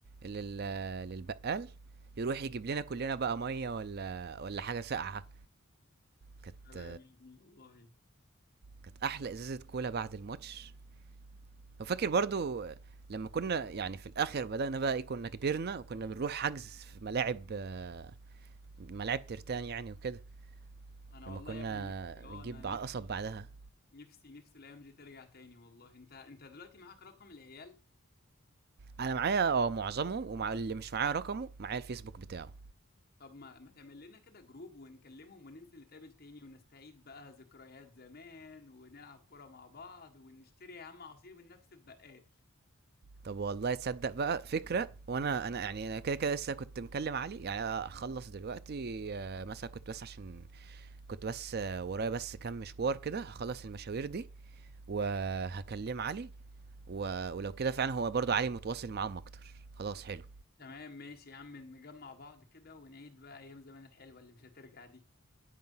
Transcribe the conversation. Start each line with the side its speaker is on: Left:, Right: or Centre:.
Right: لل للبقال يروح يجيب لنا كلنا بقى مية ولا ولا حاجة ساقعة كانت
Left: يا سلام يا ابني والله
Right: كانت احلى ازازة كولا بعد الماتش وفاكر برضو لما كنا يعني في الاخر بدأنا بقى ايه كنا كبرنا وكنا بنروح حجز في ملاعب آه، ملاعب ترتان يعني وكده
Left: انا
Right: لما
Left: والله
Right: كنا
Left: يا ابني نفسي اه
Right: بنجيب
Left: انا
Right: قصب
Left: نفسي
Right: بعدها
Left: نفسي نفسي الايام دي ترجع تاني والله انت انت دلوقتي معاك رقم العيال
Right: انا معايا اه معظمهم ومع اللي مش معايا رقمه معايا الفيسبوك بتاعه
Left: طب ما ما تعمل لنا كده جروب ونكلمهم وننزل نتقابل تاني ونستعيد بقى ذكريات زمان ونلعب كرة مع بعض ونشتري يا عم عصير من نفس البقال
Right: طب والله تصدق بقى فكرة وانا انا يعني انا كده كده لسه كنت مكلم علي يعني هخلص دلوقتي آه، مثلا كنت بس عشان كنت بس آه، ورايا بس كام مشوار كده هخلص المشاوير دي وهكلم علي و... ولو كده فعلا هو برضو علي متواصل معاهم اكتر خلاص حلو
Left: تمام ماشي يا عم نجمع بعض كده ونعيد بقى ايام زمان الحلوة اللي مش هترجع دي